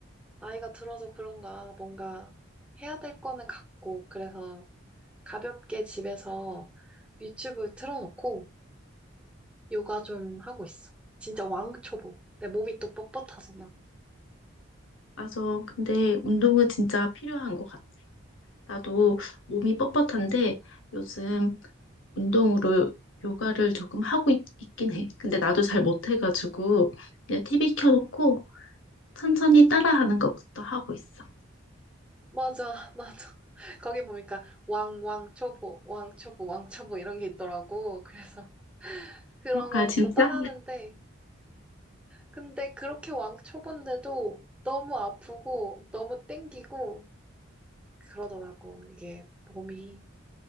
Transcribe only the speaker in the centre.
나이가 들어서 그런가 뭔가 해야 될 거는 같고 그래서 가볍게 집에서 유튜브 틀어놓고 요가 좀 하고 있어. 진짜 왕초보. 내 몸이 또 뻣뻣해서 나.
맞아, 맞아. <laughs> 거기 보니까 왕, 왕초보, 왕초보, 왕초보 이런 게 있더라고. 그래서 그런
거부터
따라하는데 근데 그렇게 왕 쳐본데도 너무 아프고 너무 땡기고 그러더라고. 이게 몸이